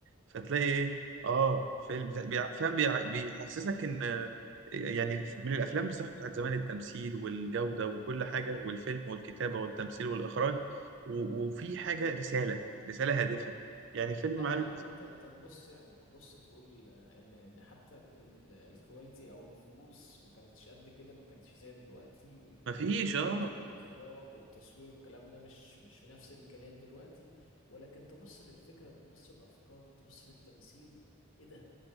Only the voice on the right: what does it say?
فتلاقي ايه اه فيلم بتاع- بيع- فاهم بيع- بيحسسك ان آه، يعني من الافلام بصراحه بتاعت زمان التمثيل والجوده وكل حاجه والفيلم والكتابه والتمثيل والاخراج و- وفي حاجه رساله رساله هادفه يعني الفيلم
معاه
مفيش
اه